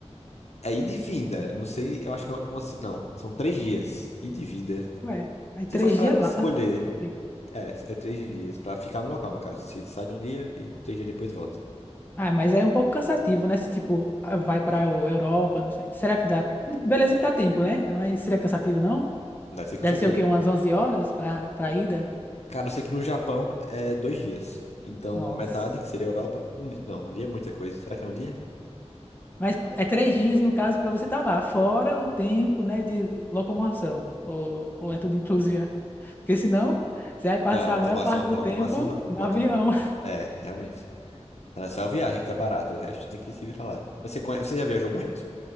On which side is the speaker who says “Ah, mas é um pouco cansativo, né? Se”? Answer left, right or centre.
Left